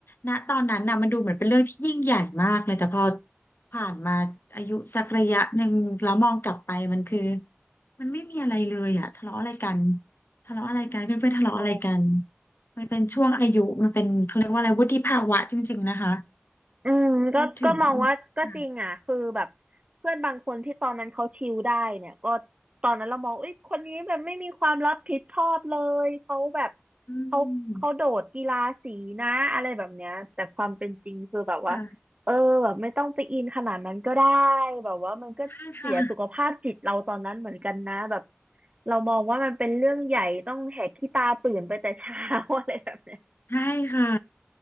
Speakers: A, on the left; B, on the right.
A: ณตอนนั้นน่ะมันดูเหมือนเป็นเรื่องที่ยิ่งใหญ่มากเลยแต่พอผ่านมาอายุสักระยะหนึ่งแล้วมองกลับไปมันคือมันไม่มีอะไรเลยอะทะเลาะอะไรกันทะเลาะอะไรกันเพื่อนๆทะเลาะอะไรกัน
B: ใช่
A: มันเป็นช่วงอายุมันเป็นเขาเรียกว่าอะไรวุฒิภาวะจริงๆนะคะ
B: อืมก็ก็มองว่าก็จริงอ่ะคือแบบ
A: พูดถึงค่ะ
B: เพื่อนบางคนที่ตอนนั้นเขาชิลได้เนี่ยก็ตอนนั้นเรามองเอ้ยคนนี้แบบไม่มีความรับผิดชอบเลยเขาแบบ
A: อื
B: เขาเขาโดดกีฬาสีนะอะไรแบบเนี้ยแต่ความเป็นจริงคือแบบว่าเออแบบไม่ต้องไปอินขนาดนั้นก็ได้
A: มค่ะ
B: แบบว่ามันก็เสียสุขภาพจิตเราตอนนั้นเหมือนกันนะแบบ
A: ใช่ค่ะ
B: เรามองว่ามันเป็นเรื่องใหญ่ต้องแหกขี้ตาตื่นไปแต่เช้า <laughs> อะไรแบบเนี้ย
A: ใช่ค่ะ